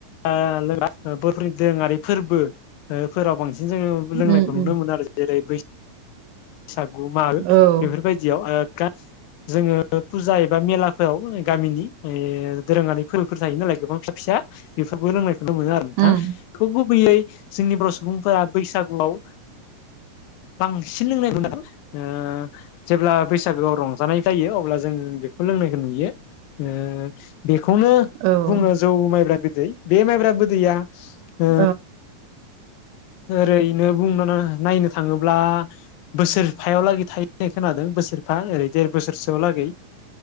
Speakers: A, on the left; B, on the right.
A: बर'फोरनि दोङारि फोरबो फोराव बांसिन जोङो
B: उम
A: लोंनायखौ नुनो
B: उम
A: मोनो आरो जेरै बैसागु मागो
B: औ औ
A: बेफोरबायदियाव ओ जोंङो फुजा एबा मेलाफोराव गामिनि ओ दोरोङारि फोरबोफोर थायो नालाय गोबां फिसा फिसा। बेफोरबो रोंनायखौनो मोनो आरो नोंथां
B: उम
A: बेखो गुबैयै जोंनि बर' सुबुंफोरा बैसागुआव बांसिन लोंनाय नुयो। ओ जेब्ला बैसागोआव रंजानाय जायो। अब्ला जों बेखौ लोंनायखौ नुयो। ओ बेखौनो
B: औ उम
A: बुंङो
B: औ
A: जौ माइब्रा बिदै बे माइब्रा बिदैया। ओ
B: औ
A: ओरैनो बुंनो नायनो थाङोब्ला। बोसोर फायाव लागै थायोनाय खोनादों बोसोर फा ओरै देर बोसोरसोआव लागै